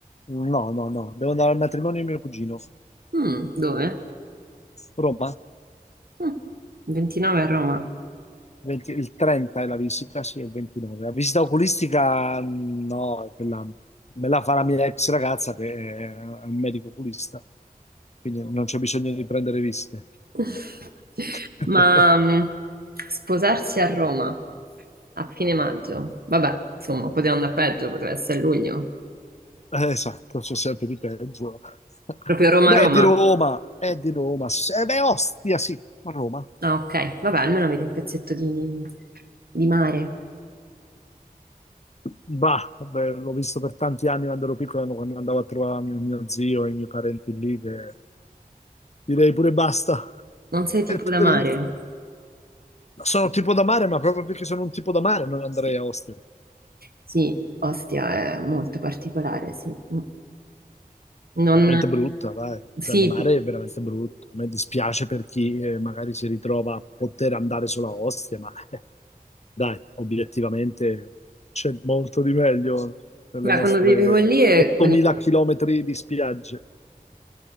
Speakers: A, on the left (about 45°); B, on the right (about 80°).
A: no, no, no. Devo andare al matrimonio di mio cugino.
B: Mm, dove?
A: Roma.
B: Mm, 29 a Roma.
A: 20 il 30 è la visita, sì, è il 29. La visita oculistica, mh, no, è quella me la fa la mia ex ragazza che è è un medico oculista, quindi non c'è bisogno di prendere visite.
B: <laughs>
A: <laughs>
B: Ma mm, sposarsi a Roma a fine maggio. Vabbè, insomma, poteva andare peggio, poteva essere luglio.
A: Eh, Esatto, c'è sempre di peggio. <laughs>
B: Proprio Roma-Roma.
A: Beh, è di Roma, è di Roma. sì, sì. Eh, beh, Ostia, sì, a Roma.
B: Ah, ok, vabbè, almeno avete un pezzetto di, di mare.
A: Bah, vabbè, l'ho visto per tanti anni quando ero piccolo, quando andavo a trovare mio, mio zio e i miei parenti lì, che direi pure basta. <laughs>
B: Non sei tipo
A: È terribile.
B: da mare?
A: Sono tipo da mare, ma proprio perché sono un tipo da mare non andrei a Ostia.
B: Sì, Ostia è molto particolare, sì. Mm. Non...
A: Veramente brutta, dai.
B: Sì,
A: Cioè, il mare è veramente brutto. A me dispiace per chi eh, magari si ritrova a poter andare solo a Ostia, ma eh, dai, obiettivamente c'è molto di meglio nelle
B: beh,
A: nostre
B: quando vivevo lì e
A: 8.000
B: con i
A: chilometri di spiagge.